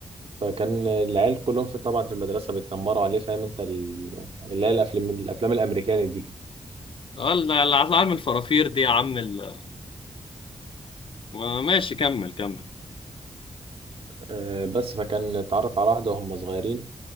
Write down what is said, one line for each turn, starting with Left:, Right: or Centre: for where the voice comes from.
Right: فكان العيال كلهم في طبعا في المدرسه بيتنمروا عليه فاهم انت ال- اللي هي الافلام الافلام الامريكاني دي
Left: اه اللي اللي هطلع من الفرافير دي يا عم ال- ما- ماشي كمل كمل
Right: آه، بس فكان اتعرف على واحدة وهم صغيرين